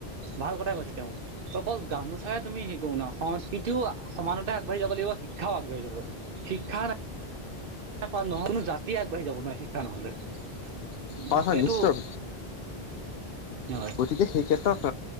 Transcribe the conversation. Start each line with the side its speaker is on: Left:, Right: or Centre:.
Right: ভাল কথাাই কৈছে তেওঁ অকল গামোচাৰে তুমি হে কৰো ন সংস্কৃতিও সমানতে আগবাঢ়ি যাব লাগিব। শিক্ষাও আগ বাঢ়ি যাব শিক্ষা নাই। পা নহয় কোনো জাতি আগবাঢ়ি যাব নোৱাৰে শিক্ষা নহলে।
Left: হয় হয়
Right: সেইটো।
Left: নিশ্চয়
Right: হয়
Left: গতিকে সেই ক্ষেত্ৰত।